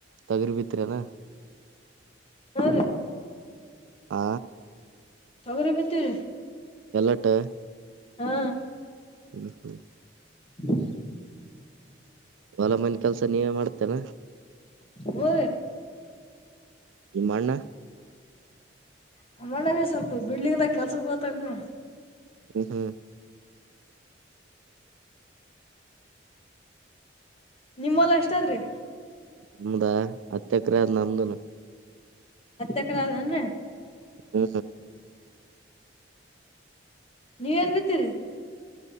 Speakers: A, on the right; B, on the left.
A: ತಗರಿ ಭತ್ರೆನಾ
B: ಹಾ ರಿ
A: ಆ
B: ತೊಗರಿ ಬಿದ್ದೆವ್ರಿ
A: ಎಲ್ಲಟ
B: ಹಾ
A: ಹ್ಮ ಹ್ಮ
B: ಹ್ಮ
A: ಹೊಲ ಮನ ಕೆಲ್ಸ ನೀವೇ ಮಾಡ್ತೇನಾ
B: ಹ
A: ನಿಮ್ಮಣ್ಣ
B: ನಮ್ಮನ್ನ ಸ್ವಲ್ಪ ಬಿಡ್ಲಿಂಗದ ಕೆಲ್ಸ ಗೋತ್ತು
A: ಹ್ಮ್
B: ನಿಮ್ಮಲ್ಲ ಎಷ್ಟಾದ್ರಿ
A: ಒಂದ ಹತ್ಯೆಕ್ರಿಯದ ನಮ್ದುನು
B: ಹತ್ತ ಎಕರ ಏನ್ರೀ
A: ಹೂ
B: ನೀವ ಏನ್ ಬಿತ್ತರಿ